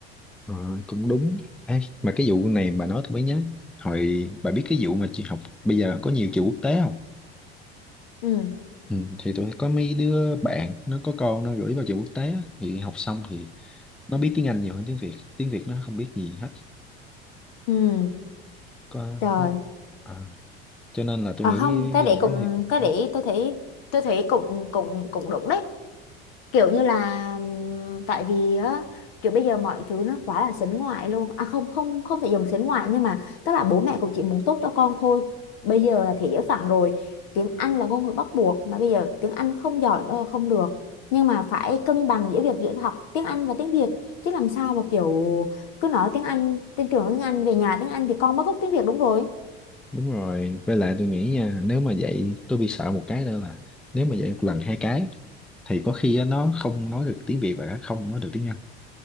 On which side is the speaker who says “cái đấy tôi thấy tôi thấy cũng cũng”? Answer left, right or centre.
Left